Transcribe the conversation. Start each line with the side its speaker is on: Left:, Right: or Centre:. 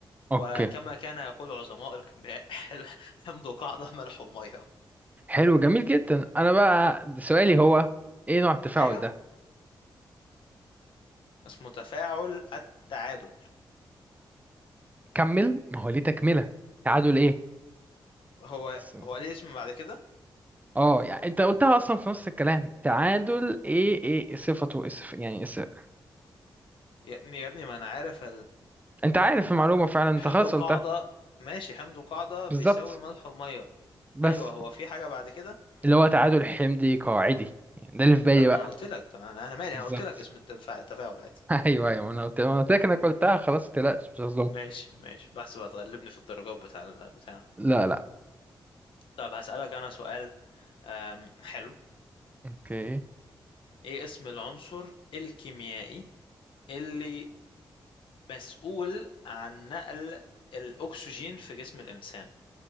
Right: اوكي
Left: وكما كان يقول عظماء الكيمياء <laughs> حل- حمض وقاعدة ملح ومية
Right: حلو جميل جدا انا بقى سؤالي هو ايه نوع التفاعل
Left: ايوه
Right: ده
Left: اسمه تفاعل التعادل
Right: كمل ما هو ليه تكملة تعادل ايه
Left: هو
Right: س-
Left: هو ليه اسم بعد كده
Right: اه يعني انت قلتها اصلا في نص الكلام تعادل ايه ايه صفته اسف يعني اسف.
Left: يا ابني يا ابني ما انا عارف
Right: انت عارف المعلومة فعلا انت
Left: حمض
Right: خلاص
Left: وقاعدة
Right: قلتها
Left: ماشي حمض وقاعدة بيساوي
Right: بالظبط
Left: ملح ومية
Right: بس
Left: أيوة هو في حاجة بعد كده
Right: اللي هو تعادل حمضي قاعدي يعني ده اللي في بالي
Left: طب ما
Right: بقى
Left: أنا قلت لك طب أنا أنا مالي
Right: بالظبط
Left: أنا قلت لك اسم التفاعل التفاعل عادي
Right: <laughs> ايوه ايوه انا قلت انا قلت لك انا قلتها خلاص ما تقلقش مش هظلمك
Left: ماشي ماشي بحسب هتغلبني في الدرجات بتاع البتاع
Right: لا لا
Left: طب هسألك أنا سؤال أم، حلو
Right: اوكي
Left: إيه اسم العنصر الكيميائي اللي مسؤول عن نقل الأكسجين في جسم الإنسان